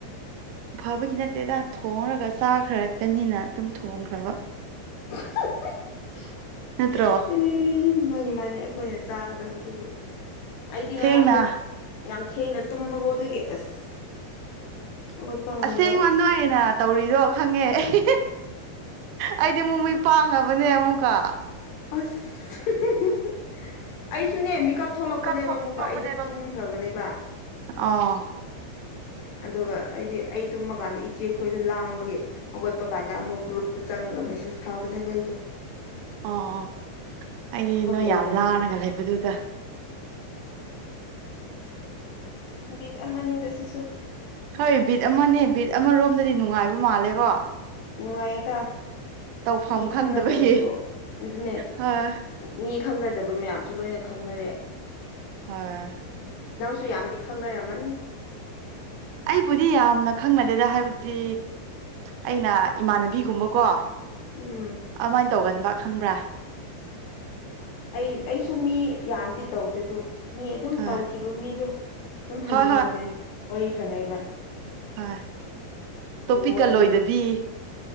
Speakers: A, on the right (about 80°); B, on the left (about 70°).
A: ꯐꯕꯒꯤ ꯅꯠꯇꯦꯗ ꯊꯣꯡꯔꯒ ꯆꯥꯈ꯭ꯔꯀꯅꯤꯅ ꯑꯗꯨꯝ ꯊꯣꯡꯈ꯭ꯔꯕ
B: <unintelligible> <inaudible>
A: ꯅꯠꯇ꯭ꯔꯣ
B: ꯎ ꯃꯥꯅꯤ ꯃꯥꯅꯤ ꯑꯩꯈꯣꯏꯅ ꯆꯥꯒꯗꯕꯗꯨꯕꯨ ꯑꯩꯗꯤ ꯉꯔꯥꯡꯗꯣ
A: ꯊꯦꯡꯅ
B: ꯌꯥꯝ ꯊꯦꯡꯅ ꯇꯨꯝꯕ ꯐꯣ ꯑꯗꯨꯒꯤ ꯑꯁ ꯍꯧꯒꯠꯄ ꯉꯝꯗꯕ
A: ꯑꯁꯦꯡꯕ ꯅꯣꯏ ꯑꯩꯅ ꯇꯧꯔꯤꯗꯣ ꯈꯪꯉꯦ ꯑꯩ ꯑꯩꯗꯤ ꯑꯃꯨꯛꯩ ꯄꯥꯡꯉꯕꯅꯦ ꯑꯃꯨꯛꯀ
B: ꯑꯁ <inaudible> ꯑꯩꯁꯨꯅꯦ ꯃꯤꯀꯞ ꯊꯣꯛꯂꯛꯄꯅꯦꯕ
A: ꯀꯞꯊꯣꯛꯂꯛꯄꯅꯦꯕ
B: ꯑꯃꯨꯛꯀ ꯑꯩꯗꯨ ꯇꯨꯝꯈ꯭ꯔꯕꯅꯦꯕ
A: ꯑꯥ <inaudible>
B: <unintelligible> <inaudible> ꯑꯗꯨꯒ ꯑꯩꯗꯤ ꯑꯩ ꯇꯨꯝꯕꯀꯥꯟꯗ ꯏꯆꯦꯈꯣꯏꯗ ꯂꯥꯡꯕꯒꯤ ꯍꯧꯒꯠꯄ ꯀꯥꯟꯗ ꯑꯃꯨꯛ ꯒ꯭ꯔꯨꯞꯇ ꯆꯪꯉꯒ ꯂꯩ ꯃꯦꯁꯦꯁ ꯊꯥꯕꯅꯦꯕ ꯑꯩꯗꯣ
A: ꯑꯣ ꯑꯩ
B: ꯊꯕꯛ
A: ꯅꯣꯏ
B: ꯂꯩꯇꯕ
A: ꯌꯥꯝ ꯂꯥꯔꯒ
B: ꯆꯥꯡ
A: ꯂꯩꯕꯗꯨꯗ <inaudible>
B: ꯕꯤꯠ ꯑꯃꯅꯤꯗ ꯁꯤꯁꯨ
A: ꯍꯣꯏ ꯕꯤꯠ ꯑꯃꯅꯦ ꯕꯤꯠ ꯑꯃꯔꯣꯝꯗꯗꯤ ꯅꯨꯡꯉꯥꯏꯕ ꯃꯥꯜꯂꯦꯀꯣ
B: ꯅꯨꯡꯉꯥꯏꯌꯦꯗ
A: ꯇꯧꯐꯝ
B: ꯃꯤ
A: ꯈꯪꯗꯕꯒꯤ
B: ꯈꯪꯅꯗꯕꯁꯨ ꯑꯗꯨꯅꯦ
A: ꯍꯣꯏ
B: ꯃꯤ ꯈꯪꯅꯗꯕ ꯃꯌꯥꯝꯁꯨ ꯂꯣꯏꯅ ꯈꯪꯅꯔꯦ
A: ꯍꯣꯌ
B: ꯁꯨ ꯌꯥꯝꯗꯤ ꯈꯪꯅꯔꯝꯃꯅꯤ
A: ꯑꯩꯕꯨꯗꯤ ꯌꯥꯝꯅ ꯈꯪꯅꯗꯦꯗ ꯍꯥꯏꯕꯗꯤ ꯑꯩꯅ ꯏꯃꯥꯟꯅꯕꯤꯒꯨꯝꯕꯀꯣ
B: ꯎꯝ
A: ꯑꯃꯥꯏꯅ ꯇꯧꯒꯟꯕ ꯈꯪꯕ꯭ꯔꯥ
B: ꯑꯩ ꯑꯩꯁꯨ ꯃꯤ ꯌꯥꯝꯗꯤ ꯇꯧꯗꯦꯗꯨ ꯃꯤ ꯑꯗꯨꯝ
A: ꯍꯣꯏ
B: ꯇꯧꯈꯤꯕ ꯃꯤꯗꯣ ꯑꯗꯨꯝ ꯍꯟꯖꯤꯟ
A: ꯍꯣꯏ
B: ꯍꯟꯖꯤꯟ ꯋꯥꯔꯤ ꯁꯥꯅꯩꯕ
A: ꯋꯥ ꯇꯣꯄꯤꯛꯀ
B: ꯃꯣꯏꯁꯨ
A: ꯂꯣꯏꯗꯕꯤ